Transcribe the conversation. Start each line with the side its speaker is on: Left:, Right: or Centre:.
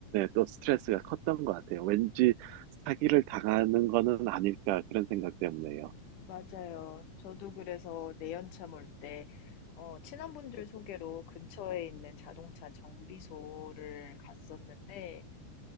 Right: 또 스트레스가 컸던 것 같아요. 왠지 사기를 당하는 거는 아닐까 그런 생각 때문에요.
Left: 맞아요. 저도 그래서 내연차 몰 때, 어, 친한 분들 소개로 근처에 있는 자동차 정비소를 갔었는데,